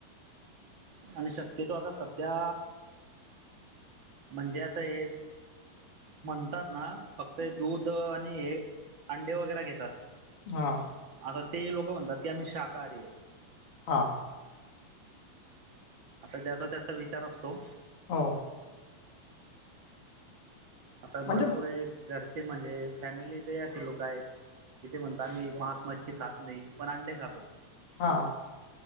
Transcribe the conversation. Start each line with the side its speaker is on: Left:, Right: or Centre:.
Right: आणि शक्यतो आता सध्या म्हणजे आता हे म्हणतात ना फक्त दूध आणि हे अंडे वगैरे घेतात
Left: हा
Right: आता ते लोक म्हणतात की आम्ही शाकाहारी आहेत
Left: हा
Right: आता ज्याचा त्याचा विचार असतो
Left: हो
Right: आता
Left: म्हणजे
Right: भरपूर घरचे म्हणजे फॅमिलीत हि असे लोक आहेत तिथे म्हणत आम्ही मांस मच्छी खात नाही पण अंडे खातो.
Left: हा